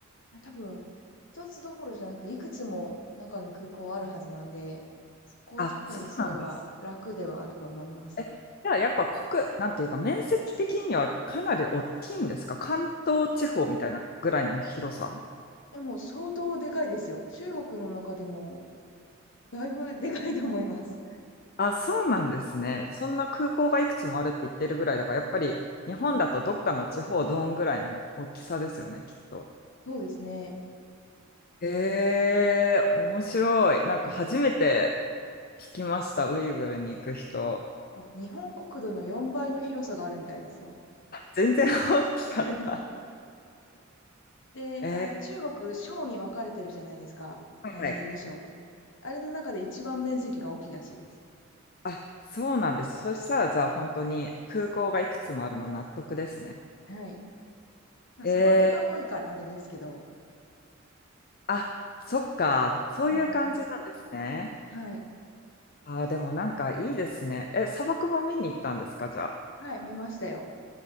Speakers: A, on the left (about 60°); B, on the left (about 45°).
A: や、多分、一つどころじゃなく、いくつも中に空港あるはずなんで、そこを着にすれば楽ではあると思います。
B: あ、そうなんです。え、じゃあやっぱ国、なんていうか面積的にはかなり大きいんですか関東地方みたいなぐらいの広さ
A: いや、もう相当でかいですよ。中国の中でも、だいぶでかいと思います。
B: あ、そうなんですね。そんな空港がいくつもあるって言ってるぐらいだから、やっぱり日本だとどっかの地方どんぐらいの大きさですよね、きっと。
A: そうですね。
B: えー、面白い。なんか初めて聞きました、ウイグルに行く人。
A: あ、日本国土の4倍の広さがあるみたいですよ。
B: 全然大きかった。
A: <laughs> で、
B: え
A: あの、中国、省に分かれてるじゃないですか。
B: ー、
A: 何々省って。
B: はい。
A: あれの中で一番面積が大きいらしいです。
B: あ、そうなんです。そしたら、じゃあ本当に空港がいくつもあるの納得ですね。
A: はい。まあ、
B: えー、
A: 砂漠が多いからあれですけど。
B: あ、そっか。そういう感じなんですね。
A: うん。はい。
B: あー、でもなんかいいですね。え、砂漠も見に行ったんですか、じゃあ。
A: はい、見ましたよ。